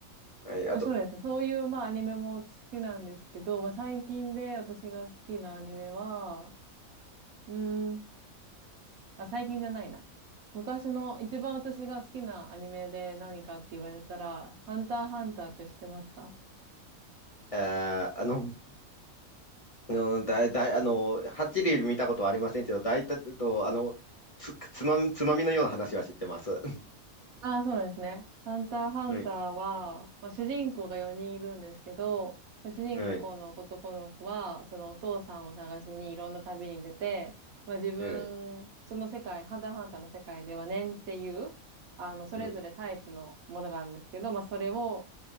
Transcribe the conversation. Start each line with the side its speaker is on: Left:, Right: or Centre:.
Left: はい、あと、
Right: まあ、そうですね。そういう、まあ、アニメも好きなんですけど、まあ、最近で私が好きなアニメは、うーんあ、最近じゃないな。昔の一番私が好きなアニメで何かって言われたら、ハンターハンターって知ってますか
Left: あー、あの、あの、だい、だい、あの、はっきり見たことはありませんけど、大体と、あの、つ、つまみ、つまみのような話は知ってます。<laughs>
Right: ああ、そうなんですね。ハンターハンターは、
Left: はい、
Right: まあ、主人公が4人いるんですけど、まあ主人公の男の子は、
Left: はい、
Right: そのお父さんを探しにいろんな旅に出て、まあ、自分、
Left: はい、
Right: その世界、ハンターハンターの世界では念っていう、あの、それぞれタイプのものがあるんですけど、
Left: はい。
Right: まあ、それを